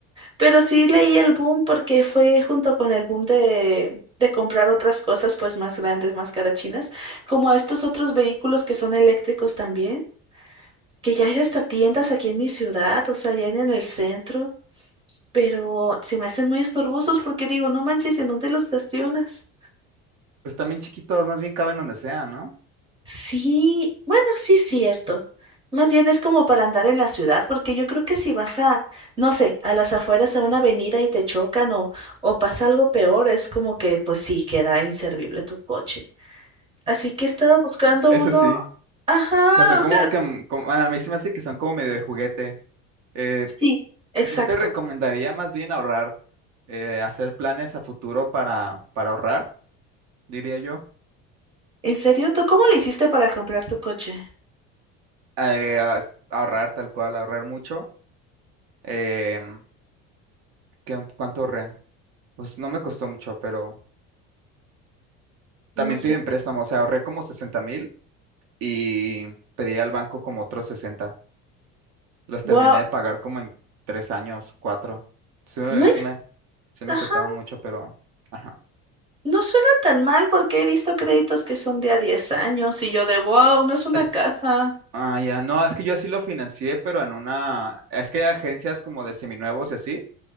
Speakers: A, on the right (about 20°); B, on the right (about 60°).
A: pero sí leí el boom porque fue junto con el boom de, de comprar otras cosas, pues más grandes, más carachinas, como estos otros vehículos que son eléctricos también, que ya hay hasta tiendas aquí en mi ciudad, o sea, ya en el centro. pero se me hacen muy estorbosos porque digo, no manches, ¿en dónde los estacionas?
B: Pues también chiquitos, más bien caben donde sea, ¿no?
A: Sí, bueno, sí es cierto. Más bien es como para andar en la ciudad, porque yo creo que si vas a, no sé, a las afueras a una avenida y te chocan o, o pasa algo peor, es como que pues sí queda inservible tu coche. Así que estaba buscando
B: Eso
A: uno.
B: sí.
A: Ajá,
B: O sea, son como
A: o sea,
B: que, mm, como- bueno, a mí se me hace que son como medio de juguete. Eh,
A: sí, exacto.
B: yo te recomendaría más bien ahorrar, eh, hacer planes a futuro para, para ahorrar, diría yo.
A: ¿En serio? ¿Tú cómo le hiciste para comprar tu coche?
B: Eh, a- ahorrar tal cual, ahorrar mucho. Em, ¿Qué- ¿Cuánto ahorré? Pues no me costó mucho, pero también
A: No
B: piden
A: sé.
B: préstamos. O sea, ahorré como sesenta mil y pedí al banco como otros 60. Los terminé
A: Wow,
B: de pagar como en tres años, cuatro. Sí me,
A: no es.
B: sí me, sí me
A: Ajá.
B: costaban mucho, pero... Ajá.
A: No suena tan mal porque he visto créditos que son de a 10 años y yo de wow, no es una
B: Es,
A: casa.
B: ah, ya. No, es que yo así lo financié, pero en una... Es que hay agencias como de seminuevos y así,